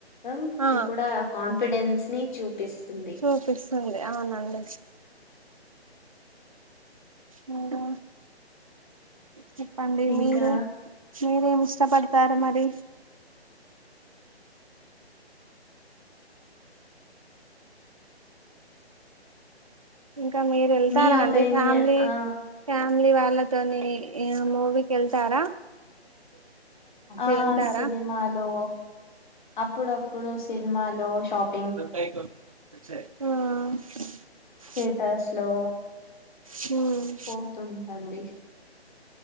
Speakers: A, on the left; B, on the right.
A: మొత్తం
B: ఆ
A: కూడా కాన్ఫిడెన్స్ ని చూపిస్తుంది
B: చూపిస్తుంది అవునండి మీరు చెప్పండి
A: ఇంకా
B: మీరు మీరేమి ఇష్టపడతారు మరి ఇంకా మీరు వెళ్తారా
A: మీ ఒపీనియన్
B: అండి ఫ్యామిలీ
A: ఆ
B: ఫ్యామిలీ వాళ్ళతోని ఇ మూవీకేళ్తారా
A: ఆ
B: వెళ్తారా
A: సినిమాలు అప్పుడప్పుడు స్ సినిమాలు షాప్
B: ఆ
A: థియేటర్స్లో
B: హ్మ్
A: పోతుంటండి